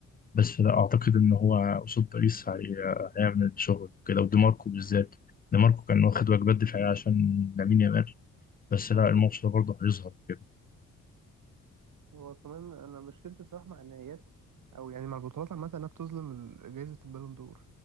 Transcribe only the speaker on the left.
بس لا اعتقد ان هو قصاد باريس هي- هيعمل شغل كده ودي ماركو بالذات دي ماركو كان واخد واجبات دفاعيه عشان لامين يامال بس لا الماتش ده برضه هيظهر كده